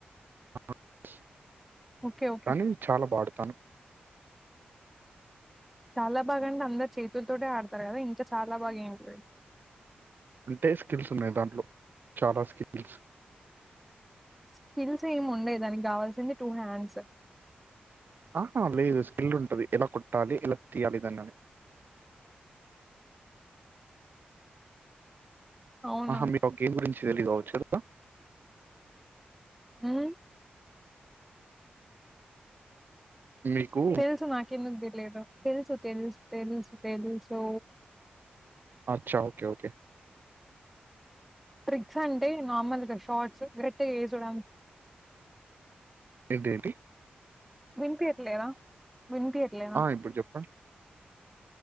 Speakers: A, on the right; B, in the centre.
A: అవ్ చ్
B: ఓకే ఓకే
A: కాని చాలా బా ఆడుతాను
B: చాలా బాగా అంటే అందరు చేతులతోటె ఆడతారు కదా ఇంకా చాలా బాగా ఏంటిదని
A: అంటే స్కిల్స్ ఉన్నాయి దాంట్లో చాలా స్కిల్స్
B: స్కిల్స్ ఏం ఉండయి దానికి కావాల్సింది టూ హ్యాండ్స్
A: ఆహా లేదు స్ స్కిల్ ఉంటది ఎలా కోట్టాలి ఏలా తీయాలి దాన్నని
B: అవునా
A: ఆహా మీక్ ఆ గేమ్ గురించి తెలిదు కావచ్చు కదా
B: ఉహ్
A: మీకు
B: తెలుసు నాకెందుకు తెలీదు తెలుసు తెలుసు తెలుసు తెలుసు
A: అచ్చా ఓకే ఓకే
B: ట్రిక్స్ అంటే నార్మల్గా షార్ట్స్ కరెక్టే గా ఏసుడంతెయ్
A: ఏంటి ఏంటి
B: వినిపియట్లేద వినిపియట్లేదా
A: ఆ ఇప్పుడు చెప్పండి